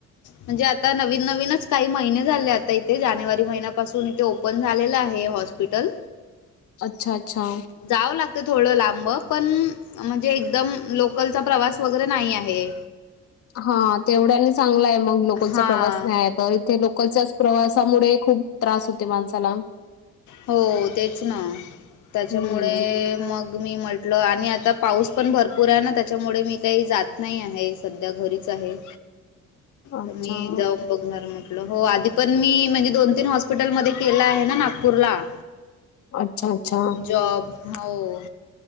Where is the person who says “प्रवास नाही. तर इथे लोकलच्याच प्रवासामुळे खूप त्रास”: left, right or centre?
Left